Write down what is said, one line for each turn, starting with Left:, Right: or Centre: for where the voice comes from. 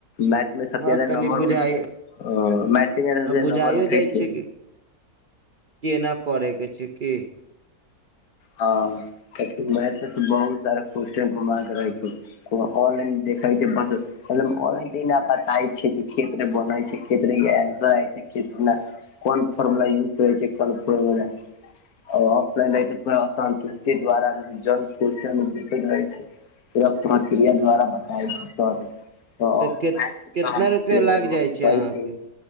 Left: मैथमे सभसँ
Right: हँ
Left: बेसी
Right: तनि
Left: नम्बर
Right: बुझाइ
Left: होइ छै, मैथमे सभसँ बेसी
Right: बुझाइयो
Left: नम्बर उठै
Right: जाइ
Left: छै।
Right: कि केना पढ़ऽके छै कि?
Left: हँ, मैथ तऽ बहुत सारा घुमऽ-फिरऽ के रहै छै। को ऑनलाइन देखाइ छै बस। मतलब ऑनलाइन बात आइ छै, खेत बनै छै, खेतरेन्सर छै, खेतर। कोन फॉर्मुला यूज करै छै, कोन फॉर्मुला ऑफलाइनमे तऽ असन्तुष्टि द्वारा मे जलपमे बिक रहल छै। पूरा प्रकिया द्वारा बताब जैत छै। तऽ
Right: के
Left: मैथके
Right: कितना
Left: तऽ हमर
Right: रुपआ लागि जाइ छै
Left: कहै
Right: अहाँके
Left: छी